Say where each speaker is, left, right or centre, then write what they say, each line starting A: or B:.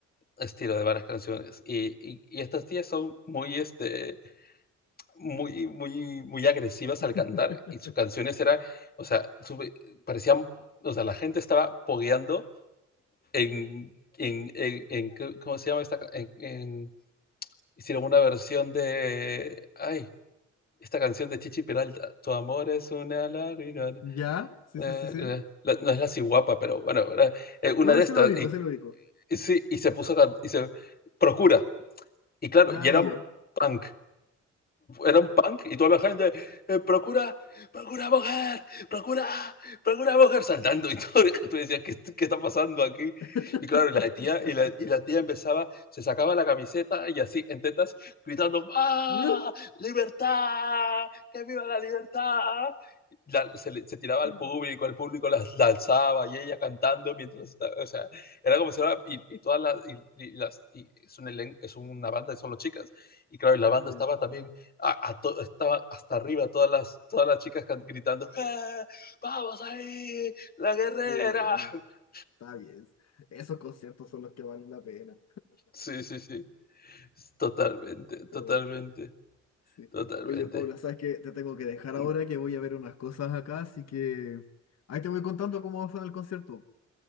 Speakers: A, on the left; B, on the left.
A: estilo de varias canciones. Y, y, y estas tías son muy, este, muy, muy, muy agresivas
B: <laughs>
A: al cantar y sus canciones eran, o sea, su- parecían, o sea, la gente estaba pogueando en, en, en, en- ¿cómo se llama esta? En, en- hicieron una versión de, ay, esta canción de Chichi Peralta, Tu amor es una lágrima.
B: Ya,
A: eh,
B: sí, sí, sí, sí.
A: eh, no es la ciguapa, pero bueno, era, eh, una
B: No, pero
A: de
B: sí
A: estas.
B: lo ubico,
A: Y,
B: sí lo ubico.
A: y sí, y se puso, y se procura. Y claro,
B: Ah,
A: y era
B: ya.
A: un punk. Era un punk y toda la gente, eh, procura, procura mujer, procura, procura mujer, saltando y todo. <laughs> Tú decías, ¿qué, qué está pasando aquí?
B: <laughs>
A: Y claro, y la tía, y la, y la tía empezaba, se sacaba la camiseta y así en tetas, gritando, ¡Ah!
B: No.
A: ¡Libertad! ¡Que viva la libertad! La- se, le- se tiraba
B: <laughs>
A: al público, el público la, la alzaba y ella cantando mientras estaba, o sea, era como si era, y, y todas las, y, y las, y es, un elen- es una banda y son las chicas. Y claro, y la banda
B: Ya,
A: estaba también a, a to, estaba hasta arriba todas las, todas las chicas gritando, ¡Eh, vamos ahí, la guerrera.
B: Qué bueno.
A: <laughs>
B: Está bien. Esos conciertos son los que valen la pena.
A: Sí, sí, sí, totalmente, totalmente,
B: Uy, sí.
A: totalmente.
B: Oye, Paula, ¿sabes qué? Te tengo que dejar ahora
A: Mm,
B: que voy a ver unas cosas acá, así que ahí te voy contando cómo va a ser el concierto.